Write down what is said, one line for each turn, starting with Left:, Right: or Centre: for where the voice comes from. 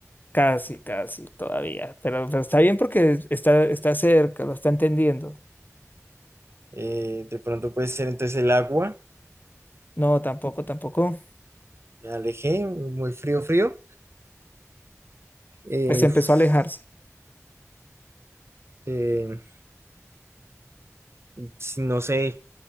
Left: casi, casi todavía, pero, pero está bien porque está, está cerca, lo está entendiendo.
Right: eh, de pronto puede ser entonces el agua.
Left: No, tampoco, tampoco.
Right: me alejé, muy frío, frío. Eh,
Left: Pues empezó
Right: uf,
Left: a alejarse.
Right: eh, si no sé,